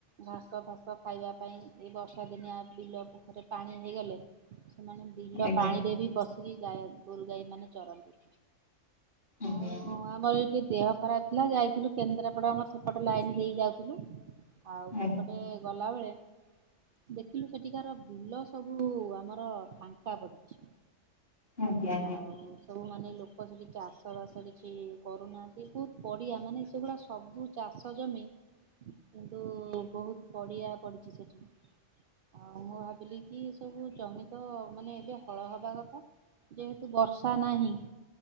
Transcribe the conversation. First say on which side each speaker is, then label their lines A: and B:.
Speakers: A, on the right; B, on the left.
A: ଘାସ ଫାସ ଖାଇବା ପାଇଁ। ଏଇ ବର୍ଷା ଦିନିଆ ବିଲ ପୋଖରୀ ରେ ପାଣି ହେଇଗଲେ ସେମାନେ ବିଲ
B: ଆଜ୍ଞା।
A: ପାଣିରେ ବି ପସିକି ଗାଈ ଗୋରୁ ଗାଈମାନେ ଚରନ୍ତି।
B: ଆଜ୍ଞା
A: ଆଉ ଆମର ଏଇ ବି ଦେହ ଖରାପ ଥିଲା ଯାଇଥିଲୁ କେନ୍ଦ୍ରାପଡା ଆମର ସେପଟେ ଲାଇନ୍ ଦେଇ ଯାଉଥିଲୁ। ଆଉ ସେପଟେ
B: ଆଜ୍ଞା
A: ଗଲାବେଳେ ଦେଖିଲୁ ସେଠିକାର ବିଲ ସବୁ ଆମର ଫା ଙ୍କା ପଡିଚି
B: ଆଜ୍ଞା ଆଜ୍ଞା
A: ଆଉ ସବୁ ମାନେ ଲୋକ ସେଠି ଚାଷ୍ ଷ ବାସ କିଛି କରୁନାହାନ୍ତି ବହୁତ ବଢିଆ ମାନେ ସେଗୁଡା ସବୁ ଚାଷ ଜମି। କିନ୍ତୁ ବହୁତ ପଡିଆ ପଡିଚି ସେଠି। ଆଉ ମୁଁ ଭାବିଲି କି ସବୁ ଜମି ତ ମାନେ ଏବେ ହଳ ହବା କଥା। ଯେହେତୁ ବର୍ଷା ନାହିଁ।